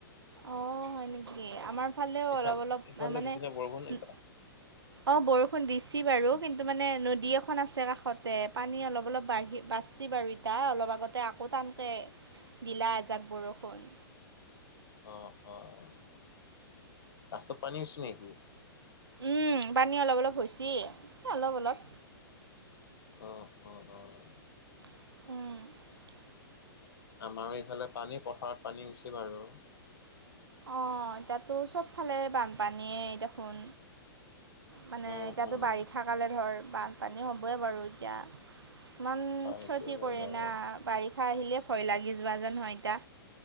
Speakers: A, on the right; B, on the left.
A: অঁ হয় নেকি, আমাৰ ফালেও
B: এইফাল
A: অলপ অলপ
B: এইফালে
A: মানে
B: দিছে নে বৰষুণ
A: উম
B: এতিয়া?
A: অ বৰষুণ দিছি বাৰু কিন্তু মানে নদী এখন আছে কাষতে পানী অলপ অলপ বাঢ়ি বাচ্ছি বাৰু ইতা অলপ আগতে আকৌ টানকৈ দিলা এজাক বৰষুণ।
B: অ অ অ অ অ অ ৰাস্তাত পানী হৈছি নিকি?
A: উম উ পানী অলপ অলপ হৈছি অলপ অলপ।
B: অঁ অ। অ'।
A: উম উ চু
B: আমাৰও এইফালে পানী পথাৰত পানী হৈছি বাৰু।
A: অ অ অ তাতো চবফালে বানপানীয়ে দেখোন। মানে
B: উম
A: এতিয়াতো
B: উম।
A: বাৰিষা কালে ধৰ বানপানী হ'বই বাৰু এতিয়া। ইমান
B: অ' সেইটো
A: ক্ষতি
B: হয়
A: কৰে
B: বাৰু।
A: না। বাৰিষা আহিলে ভয় লাগি যোৱা যেন হয় এতিয়া